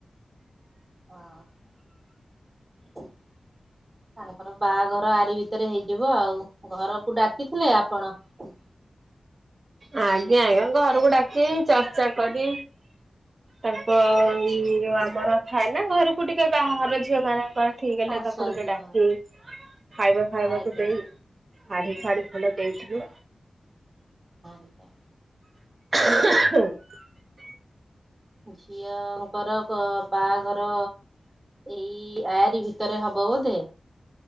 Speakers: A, on the right (about 25°); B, on the right (about 55°).
A: ହଁ <inaudible> ତାଙ୍କର ବାହାଅର ଆରି ଭିତରେ ହେଇଯିବ ଆଉ ଘରକୁ ଡାକିଥିଲେ ଆପଣ। <inaudible>
B: ଆଜ୍ଞା ଆଜ୍ଞା ଘରକୁ ଡାକି ଚର୍ଚ୍ଚା କରି ତାଙ୍କ ଯୋଉ ଆମର ଥାଏ ନା ଘରକୁ ଟିକେ ବାହାର ଝିଅ ମାନଙ୍କର ଠିକ୍ ହେଲେ
A: ଆସନ୍ତି
B: ତାକୁ ଟିକେ ଡାକି
A: ହଁ
B: ଖାଇବା ଖାଇବାକୁ
A: ଆଜ୍ଞା
B: ଦେଇ ଶାଢୀ ଫାଢୀ ଭଲ ଦେଇଥିବେ
A: ଆଜ୍ଞା।
B: <inaudible>
A: ଆଚ୍ଛା। ଝିଅ ଅଙ୍କର ବାହାଘର ଏଇ ୟାରି ଭିତରେ ହବ ବୋଧେ?